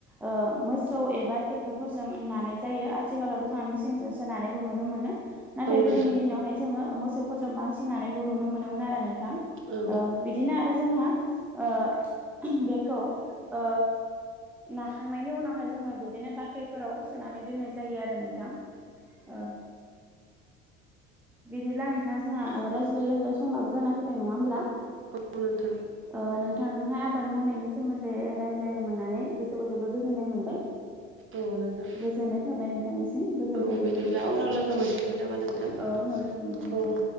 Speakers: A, in the centre; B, on the right.
A: ओ मोसौ एबा ट्रेक्टरफोरजों नानाय जायो। आथिखालावथ' जोंहा मिसिंजोंसोोनानायखौ नुनो मोनो नाथाय
B: औ
A: गोदोनि
B: नोंथां
A: दिनावहाय जोङो मोसौफोरजों बांसिन नानायखौ नुनो मोनोमोन आरो नोंथां
B: औ
A: ओ बिदिनो आरो जोंहा ओ बेखौ ओ नाखांनायनि उनावहाय जोङो बिदिनो बाख्रिफोराव सोनानै दोननाय जायो। जायो आरो नोंथां ओ बिदिब्ला नोंथाङा जोंहा रायज्लाय रायज्लाय समाबो जाना फैबाय नङा होमब्ला?
B: नंगौ नोंथां।
A: ओ नोंथांजोंहाय आबाद मावनायनि सोमोन्दै रायज्लायनो मोननानै गोसोखौ जोबोद गोजोननाय मोनबाय।
B: औ नोंथां
A: गोजोननाय थाबाय नोंथांनिसिम। गोजोन्थों
B: औ
A: नोंथां
B: बिदिब्ला उनाव लोगो मोनफिगोन नामा नोंथां
A: औ उनाव लोगो मोनगोन नोंथां
B: औ